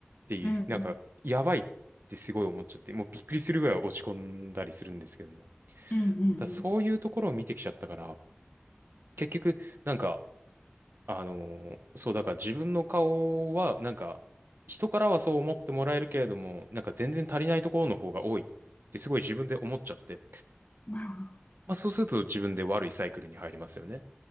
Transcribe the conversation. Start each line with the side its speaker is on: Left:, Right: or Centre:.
Right: ていう、
Left: うん、
Right: なんか、
Left: うん、
Right: やばいってすごい思っちゃって、もうびっくりするぐらい落ち込んだりするんですけども。
Left: うん、うん
Right: だそういうところを見てきちゃったから、結局、なんか、あのーそう、だから自分の顔は、なんか、人からはそう思ってもらえるけれども、なんか全然足りないところの方が多いってすごい自分で思っちゃって、
Left: なるほど。
Right: まあそうすると自分で悪いサイクルに入りますよね。